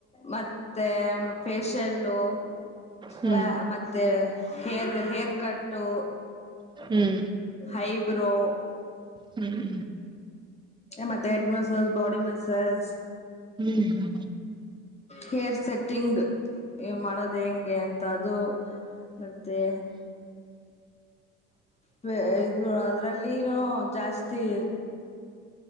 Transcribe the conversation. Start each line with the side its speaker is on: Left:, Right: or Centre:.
Left: ಮತ್ತೆ ಫೇಶಿಯಲ್ಲು
Right: ಹ್ಮ್
Left: ವ ಮತ್ತು ಹೇರ್ ಹೇರ್ ಕಟ್ಟು.
Right: ಹ್ಮ್
Left: ಐ ಬ್ರೋ
Right: ಹ್ಮ್
Left: ಮತ್ತೆ ಹೆಡ್ ಮಸಾಜ್ ಬಾಡಿ ಮಸಾಜ್
Right: ಹ್ಮ್ ಹ್ಮ್
Left: ಹೇರ್ ಸೆಟ್ಟಿಂಗ್ ಹೇ ಮಾಡೋದು ಹೆಂಗೆ ಅಂತ ಅದು ಮತ್ತೆ ಬೇ ಇದು ಅದ್ರಲ್ಲಿನು ಜಾಸ್ತಿ